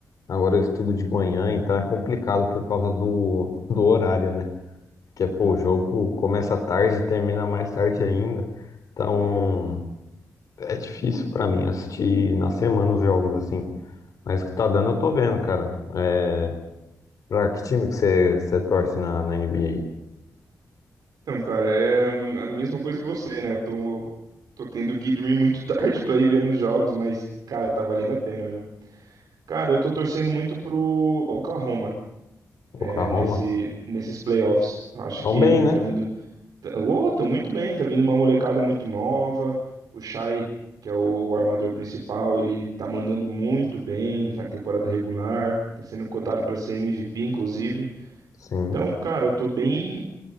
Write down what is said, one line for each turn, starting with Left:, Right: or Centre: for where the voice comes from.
Left: agora eu estudo de manhã, então é complicado por causa do, do horário, né? Porque, pô, o jogo começa tarde e termina mais tarde ainda. Então é difícil pra mim assistir na semana os jogos assim. Mas o que tá dando eu tô vendo, cara. É, pra que time que você você torce na, na NBA?
Right: Então, cara, é a mesma coisa que você, né? Eu tô, tô tendo que dormir muito tarde <laughs> pra ir ver nos jogos, mas, cara, tá valendo a pena, viu? Cara, eu tô torcendo muito pro Oklahoma.
Left: Oklahoma?
Right: é, nesse, nesses playoffs. Eu acho
Left: Tão
Right: que
Left: bem, né?
Right: tá vindo. Tá, oh, tá muito bem, tá vindo uma molecada muito nova. O Shai, que é o, armador principal, ele tá mandando muito bem na temporada regular. Tá sendo cotado para ser MVP, inclusive.
Left: Sim.
Right: Então, cara, eu tô bem,